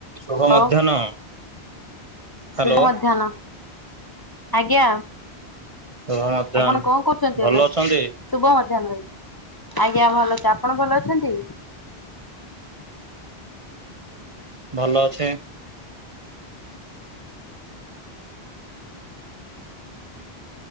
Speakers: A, on the right; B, on the left.
A: ଶୁଭ
B: ହ୍ୟାଲୋ
A: ମଧ୍ୟାହ୍ନ। ହ୍ୟାଲୋ
B: ଶୁଭ ମଧ୍ୟାହ୍ନ ଆଜ୍ଞା।
A: ଶୁଭ ମଧ୍ୟାହ୍ନ।
B: ଆପଣ କଣ କରୁଛନ୍ତି
A: ଭଲ
B: ଏବେ?
A: ଅଛନ୍ତି
B: ଶୁଭ ମଧ୍ୟାହ୍ନ ଭାଇ। ଆଜ୍ଞା ଭଲ ଅଛି। ଆପଣ ଭଲ ଅଛନ୍ତି?
A: ଭଲ ଅଛେ।